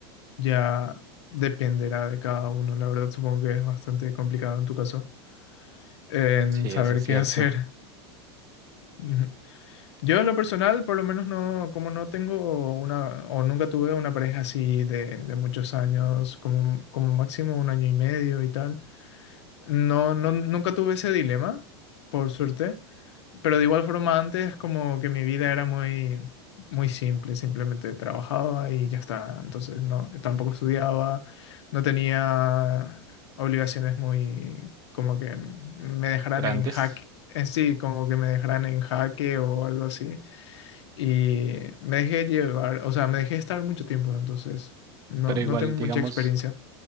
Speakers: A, on the left; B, on the right.
A: ya dependerá de cada uno. La verdad, supongo que es bastante complicado en tu caso en
B: sí,
A: saber
B: eso es cierto.
A: qué hacer. <laughs> Ujú. Yo en lo personal, por lo menos no, como no tengo una, o nunca tuve una pareja así de, de muchos años, como, como máximo un año y medio y tal, no, no, nunca tuve ese dilema, por suerte. Pero de igual forma antes como que mi vida era muy, muy simple, simplemente trabajaba y ya está. Entonces no, tampoco estudiaba, no tenía obligaciones muy como que me dejaran
B: Grandes,
A: en jaque, en sí, como que me dejaran en jaque o algo así. Y me dejé llevar, o sea, me dejé estar mucho tiempo, entonces no,
B: pero
A: no
B: igual,
A: tengo
B: digamos,
A: mucha experiencia.
B: tú